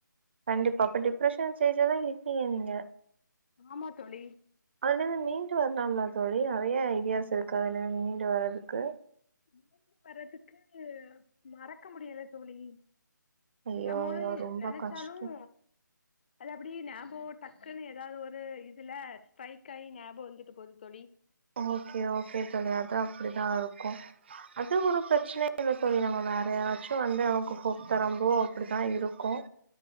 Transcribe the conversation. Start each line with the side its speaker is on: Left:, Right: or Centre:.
Right: கண்டிப்பா அப்ப டிப்ரெஷன் ஸ்டேஜ்ல தான் இருக்கீங்க நீங்க
Left: ஆமா தோழி
Right: அதுல இருந்து மீண்டு வரலாம்லா தோழி நறைய ஐடியாஸ் இருக்கு அதுலேந்து மீண்டு வர்றதுக்கு
Left: மீண்டு வர்றதுக்கு மறக்க முடியல தோழி
Right: ஐயோ
Left: நம்மோண்ணு
Right: ஐயோ ரொம்ப
Left: நினைச்சாலும்
Right: கஷ்டோ
Left: அது அப்படியே நியாபகம் டக்குன்னு ஏதாவது ஒரு இதுல ஸ்ட்ரைக் ஆகி நியாபகம் வந்துட்டு போகுது தோழி
Right: ஓகே ஓகே தோழி அது அப்படிதான் இருக்கும் அது ஒரு பிரச்சனை
Left: மிஸ்லா
Right: இல்ல தோழி நம்ம வேற யாராச்சும் வந்து நமக்கு போக்கு தரொம்போ அப்படிதான் இருக்கும்